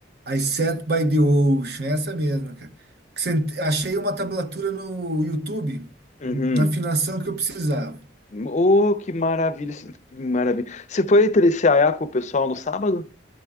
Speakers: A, on the right; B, on the left.
A: I Sat by the Ocean, essa mesmo cara. Sente- achei uma tablatura no YouTube
B: Uhum.
A: na afinação que eu precisava.
B: Oh, que maravilha, esse- que maravilha. Você foi trecear com o pessoal no sábado?